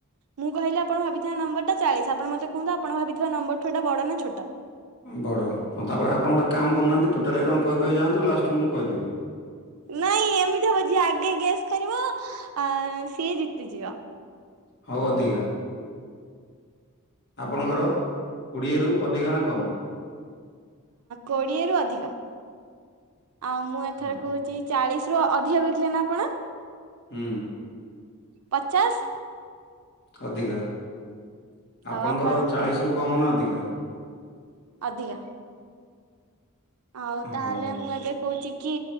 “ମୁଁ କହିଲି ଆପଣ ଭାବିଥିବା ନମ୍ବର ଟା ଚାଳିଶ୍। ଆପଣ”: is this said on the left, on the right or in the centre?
Right